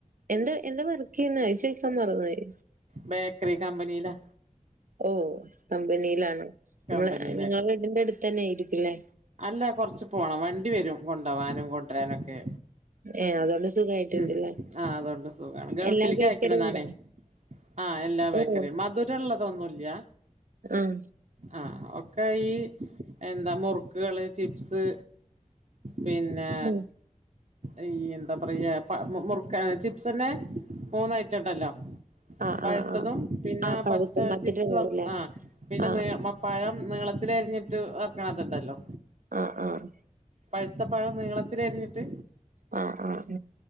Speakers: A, on the right; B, on the right.
A: എന്താ എന്താ വർക്ക് ചെയ്യുന്നെ അത് ചോയിക്കാൻ മറന്ന് പോയി
B: ബേക്കറി കമ്പനി ലാ
A: ഓഹ് കമ്പനിയിലാണോ
B: കമ്പനിയിലാണ്
A: ങ്ങളെ ഇങ്ങള വീടിന്റെ അടുത്ത് തന്നെ ആയിരിക്കും ലേ
B: അല്ല കൊർച്ച് പോണം വണ്ടി വരും കൊണ്ടോവാനും കൊണ്ട്രാനൊക്കെ
A: ഏ അതുകൊണ്ട് സുഖായിട്ടുണ്ടല്ലേ
B: ഉം ആഹ് അതോണ്ട് സുഖാണ് ഗൾഫിൽക്ക്
A: എല്ലാ ബേക്കറിയും
B: അയക്ക്ണതാണേ
A: ഉണ്ടോ
B: ആഹ് എല്ലാ ബേക്കറിം
A: ഓ
B: മധുരള്ളതൊന്നുല്ല
A: അഹ്
B: ആഹ് ഒക്കെ ഈ എന്താ മുറുക്കുകള് ചിപ്സ് പിന്നെ
A: അപ്പൊ
B: അയീ എന്ത പറയാ പ മുറുക്ക ചിപ്സന്നെ മൂന്ന് ഐറ്റം ഉണ്ടല്ലോ
A: ആ
B: പഴുത്തതും
A: ആ ആ
B: പിന്നെ
A: ആ പഴുത്ത
B: പച്ച
A: മധുരമുള്ളതല്ലേ
B: ചിപ്സ് വറ്ത്ത് ആ പിന്നെ
A: ആ
B: നീ പഴം നീളത്തിലരിഞ്ഞിട്ട് വറ്ക്കണതുണ്ടല്ലോ
A: അഹ് ആഹ്
B: പഴുത്ത പഴം നീളത്തിലരിഞ്ഞിട്ട്
A: ആ ആ ആ